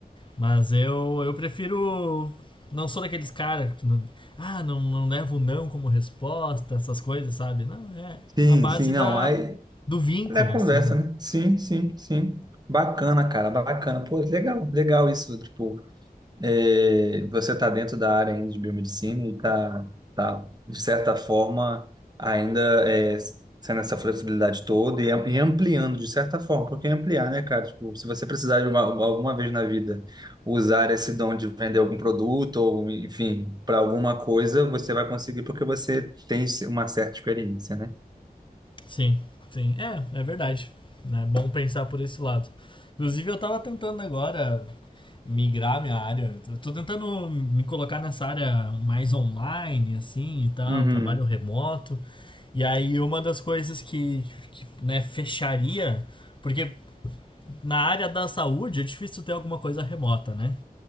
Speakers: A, on the left (about 30°); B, on the right (about 25°).
A: Mas eu, eu prefiro. Não sou daqueles caras que não, ah, não, não levo não como resposta, essas coisas, sabe? Não, é
B: Sim,
A: na base
B: sim, não,
A: da,
B: aí
A: do vínculo,
B: é conversa,
A: assim.
B: né? Sim, sim, sim. Bacana, cara, bacana. Pô, legal, legal isso, tipo, É, você está dentro da área ainda de biomedicina e está, tá, tá, de certa forma, ainda é, sendo essa flexibilidade toda e, am- e ampliando, de certa forma, porque ampliar, né, cara? Tipo, se você precisar de uma, alguma vez na vida usar esse dom de vender algum produto ou, enfim, para alguma coisa, você vai conseguir porque você tem uma certa experiência, né?
A: Sim, sim. É, é verdade. É bom pensar por esse lado. Inclusive, eu tava tentando agora migrar minha área. Eu tô tentando me colocar nessa área mais online, assim, e tal,
B: Uhum.
A: trabalho remoto. E aí, uma das coisas que, que né, fecharia, porque na área da saúde é difícil ter alguma coisa remota, né?